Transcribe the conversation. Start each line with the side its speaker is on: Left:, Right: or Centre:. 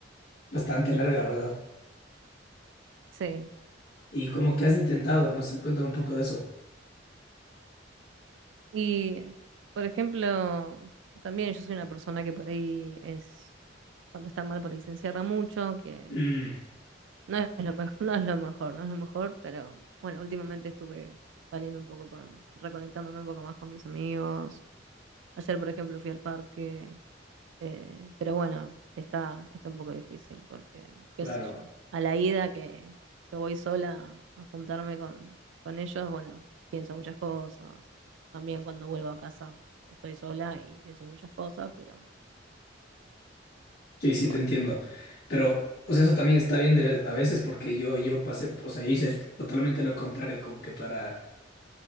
Left: bastante larga, ¿verdad?
Right: Sí.
Left: Y como que has intentado, no sé, cuéntame un poco de eso.
Right: Y, por ejemplo, también yo soy una persona que por ahí es, cuando está mal, por ahí se encierra mucho, que
Left: Mm,
Right: No es lo mejor, no es lo mejor, no es lo mejor, pero bueno, últimamente estuve saliendo un poco con, reconectándome un poco más con mis amigos. Ayer, por ejemplo, fui al parque, eh, pero bueno, está, está un poco difícil porque, qué
Left: claro.
Right: sé yo, a la ida que, que voy sola a juntarme con, con ellos, bueno, pienso muchas cosas. También cuando vuelvo a casa estoy sola y pienso muchas cosas, pero
Left: Sí, sí,
Right: bueno,
Left: te entiendo. Pero, o sea, eso también está bien de, a veces porque yo, yo pasé, o sea, yo hice totalmente lo contrario, como que para,